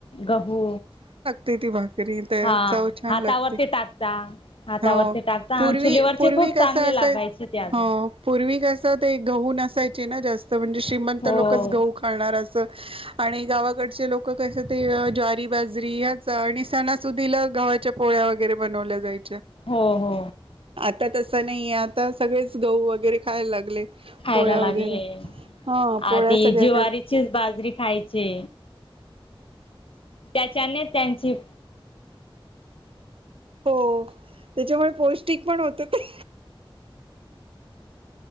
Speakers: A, on the left (about 75°); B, on the right (about 75°).
A: गहू
B: तेथे बघ तरी
A: हा
B: चव छान
A: हातावरती
B: लागते
A: टाकता हातावरती
B: हो
A: टाकता आणि
B: पूर्वी
A: चुलीवरचे
B: पूर्वी
A: खूप
B: कस
A: चांगले
B: असायच
A: लागायचे ते अजून
B: हो पूर्वी कस ते गहू नसायचं ची ना जास्त म्हणजे श्रीमंत
A: हो
B: लोकच गहू अस आणि गावाकडची लोक कशी ज्वारी, बाजरी याच आणि सणासुदीला गव्हाच्या पोळ्या वगैरे - बनवल्या जाईल
A: हो हो
B: आता तस नाहीये आता सगळेच गहू वगैरे खायला लागले.
A: खायला
B: पोळ्या
A: लागले
B: वगैरे हा पोळ्या
A: आधी
B: सगळ्या
A: ज्वारीचीच बाजरी खायचे त्याच्याने त्यांची
B: हो त्याच्यामुळे पौष्टिक पण होत ते